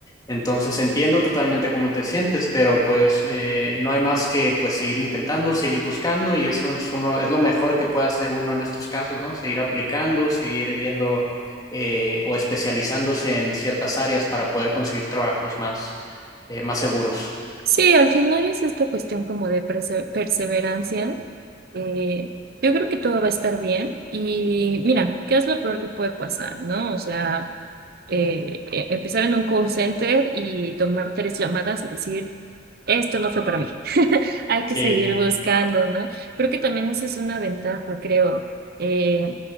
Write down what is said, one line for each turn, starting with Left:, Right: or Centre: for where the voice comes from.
Left: Entonces entiendo totalmente cómo te sientes, pero pues eh, no hay más que pues seguir intentando, seguir buscando y eso es, uno, es lo mejor que puede hacer uno en estos casos, ¿no? Seguir aplicando, seguir viendo eh, o especializándose en ciertas áreas para poder conseguir trabajos más, eh, más seguros.
Right: Sí, al final es esta cuestión como de perse- perseverancia. Eh, yo creo que todo va a estar bien y mira, ¿qué es lo peor que puede pasar, no? O sea eh, eh, empezar en un call center y tomar tres llamadas y decir, esto no fue para mí. <laughs> Hay que
Left: Sí,
Right: seguir buscando, ¿no? Creo que también esa es una ventaja, creo. Eh,